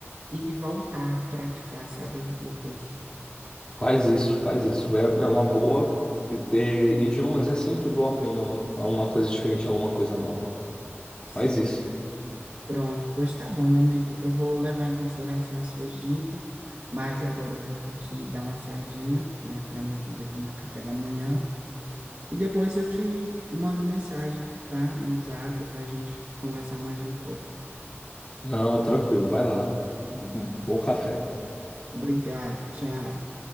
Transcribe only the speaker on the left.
Faz isso, faz isso. É, é uma boa. E ter idiomas é sempre bom aprender uma, uma coisa diferente, alguma coisa nova.
Faz isso.
Não, tranquilo, vai lá. Bom café.